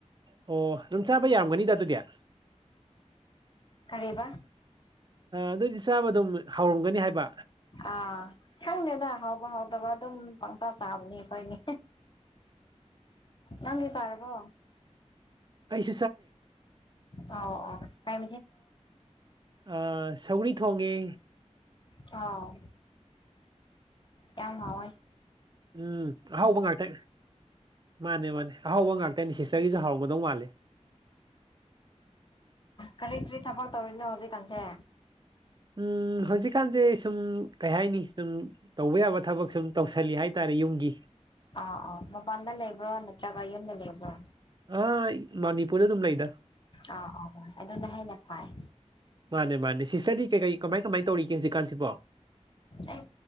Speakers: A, on the right (about 40°); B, on the left (about 40°).
A: ꯑꯣ ꯑꯗꯨꯝ ꯆꯥꯕ ꯌꯥꯝꯒꯅꯤꯗ ꯑꯗꯨꯗꯤ ꯑ
B: ꯀꯔꯤꯕ
A: ꯑꯗꯨꯏꯗꯤ ꯆꯥꯕ ꯑꯗꯨꯝ ꯍꯧꯔꯝꯒꯅꯤ ꯍꯥꯏꯕ
B: ꯑꯥ ꯈꯪꯗ ꯍꯥꯎꯕ ꯍꯥꯎꯗꯕ ꯑꯗꯨꯝ ꯄꯪꯁꯥ ꯆꯥꯕꯅꯤ ꯑꯩꯈꯣꯏꯅꯤ ꯅꯪꯒꯤ ꯀꯥꯔꯕꯣ
A: ꯀꯩꯁ
B: ꯑꯣ ꯑꯣ ꯀꯥꯏ
A: ꯑ ꯁꯧꯔꯤ ꯊ ꯍꯣꯡꯒꯦ
B: ꯑꯥꯎ ꯌꯥꯝ ꯍꯥꯎꯏ
A: ꯎꯝ ꯍꯥꯎꯕ ꯉꯇ ꯃꯥꯅꯦ ꯃꯥꯅꯦ ꯑꯍꯧꯕ ꯉꯥꯛꯇꯅꯤ ꯁꯤꯁꯇꯔꯒꯤꯁꯨ ꯍꯔꯒꯗꯧ ꯃꯥꯜꯂꯦ
B: ꯀꯔꯤ ꯀꯔꯤ ꯊꯕꯛ ꯇꯧꯔꯤꯅꯣ ꯍꯧꯖꯤꯛꯀꯥꯟꯁꯦ
A: ꯎꯝ ꯍꯧꯖꯤꯛꯀꯥꯟꯁꯦ ꯁꯨꯝ ꯀꯩ ꯍꯥꯏꯅꯤ ꯁꯨꯝ ꯇꯧꯕ ꯌꯥꯕ ꯊꯕꯛ ꯁꯨꯝ ꯇꯧꯁꯜꯂꯤ ꯍꯥꯏꯇꯥꯔꯦ ꯌꯨꯝꯒꯤ
B: ꯑ ꯑ ꯃꯄꯥꯟꯗ ꯂꯩꯕ꯭ꯔꯣ ꯅꯠꯇ꯭ꯔꯒ ꯌꯨꯝꯗ ꯂꯩꯕ꯭ꯔꯣ
A: ꯑꯥ ꯃꯅꯤꯄꯨꯔꯗ ꯑꯗꯨꯝ ꯂꯩꯗ
B: ꯑꯥ ꯑꯥ ꯑꯗꯨꯅ ꯍꯦꯟꯅ ꯐꯩ
A: ꯃꯥꯅꯦ ꯃꯥꯅꯦ ꯁꯤꯁꯇꯔꯗꯤ ꯀꯩ ꯀꯩ ꯀꯃꯥꯏ ꯀꯃꯥꯏ ꯇꯧꯔꯤꯒꯦ ꯍꯧꯖꯤꯛꯀꯥꯟꯁꯤꯕꯣ
B: ꯑꯩ